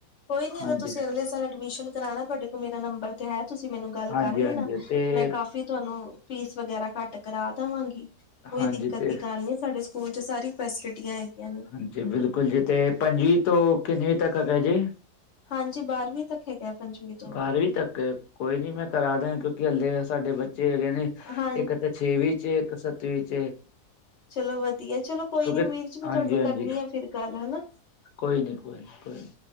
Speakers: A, on the left (about 50°); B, on the left (about 80°).
A: ਕੋਈ ਨੀ ਅਗਰ
B: ਹਾਂਜੀ।
A: ਤੁਸੀਂ ਅਗਲੇ ਸਾਲ ਐਡਮਿਸ਼ਨ ਕਰਾਣਾ ਤੁਹਾਡੇ ਕੋਲ ਮੇਰਾ ਨੰਬਰ ਤੇ ਹੈ ਤੁਸੀਂ ਮੈਨੂੰ ਗੱਲ
B: ਹਾਂਜੀ-ਹਾਂਜੀ
A: ਕਰ ਲੈਣਾ।
B: ਤੇ
A: ਮੈਂ ਕਾਫੀ ਤੁਹਾਨੂੰ ਫੀਸ ਵਗੈਰਾ ਘੱਟ ਕਰਾ ਦੇਵਾਂਗੀ। ਕੋਈ
B: ਹਾਂਜੀ
A: ਦਿੱਕਤ
B: ਤੇ
A: ਦੀ ਗੱਲ ਨੀ ਸਾਡੇ ਸਕੂਲ ਚ' ਸਾਰੀ ਫੈਸਿਲਿਟੀਆਂ ਹੈਗੀਆਂ ਨੇ।
B: ਹਾਂਜੀ ਬਿਲਕੁੱਲ ਜੀ ਤੇ ਪੰਜਵੀ ਤੋਂ ਕਿੰਨਵੀਂ ਤੱਕ ਹੈਗਾ ਜੇ
A: ਹਾਂਜੀ ਬਾਰਵੀਂ ਤੱਕ ਹੈਗੀ- <unintelligible>
B: ਬਾਰਵੀਂ ਤੱਕ ਕੋਈ ਨੀ ਮੈਂ ਕਰਾ ਦ ਕਿਉਂਕਿ ਹੱਲੇ ਸਾਡੇ ਬੱਚੇ ਹੈਗੇ ਨੇ
A: ਹਾਂ
B: ਇੱਕ ਤਾਂ ਛੇਵੀ ਚ' ਇੱਕ ਸੱਤਵੀਂ ਚ'
A: ਚਲੋ ਵਧੀਆ। ਚਲੋ ਕੋਈ
B: ਕਿਉਂਕਿ
A: ਨੀ ਵੀਰ ਜੀ। ਮੈਂ
B: ਹਾਂਜੀ
A: ਤੁਹਾਨੂੰ
B: ਹਾਂਜੀ
A: ਕਰਨੀ ਆ ਫਿਰ ਗੱਲ ਹਨਾ।
B: ਕੋਈ ਨਹੀਂ, ਕੋਈ ਨਹੀਂ, ਕੋਈ ਨਹੀਂ।